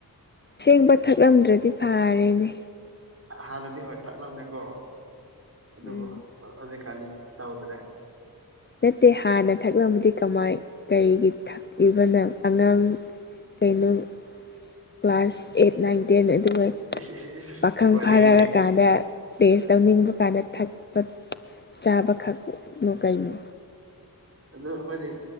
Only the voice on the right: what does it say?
ꯍꯥꯟꯅꯗꯤ ꯍꯣꯏ ꯊꯛꯂꯝꯃꯦꯀꯣ ꯑꯗꯨꯕꯨ
ꯍꯧꯖꯤꯛꯀꯥꯟꯗꯤ ꯇꯧꯗ꯭ꯔꯦ
ꯏꯁ ꯏꯁ ꯏꯁ
ꯋꯥꯔꯤꯗꯤ
ꯑꯗꯨ ꯑꯩꯈꯣꯏꯗꯤ